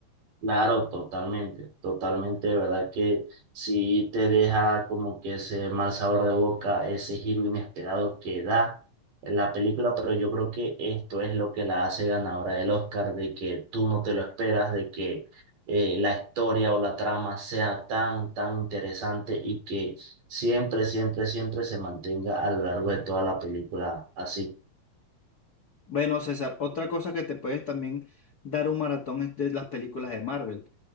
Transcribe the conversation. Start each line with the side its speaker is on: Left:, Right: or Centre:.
Right: Claro, totalmente, totalmente, de verdad que sí te deja como que ese mal sabor de boca, ese giro inesperado que da en la película, pero yo creo que esto es lo que la hace ganadora del Oscar, de que tú no te lo esperas, de que eh, la historia o la trama sea tan, tan interesante y que siempre, siempre, siempre se mantenga a lo largo de toda la película así.
Left: Bueno, César, otra cosa que te puedes también dar un maratón es de las películas de Marvel.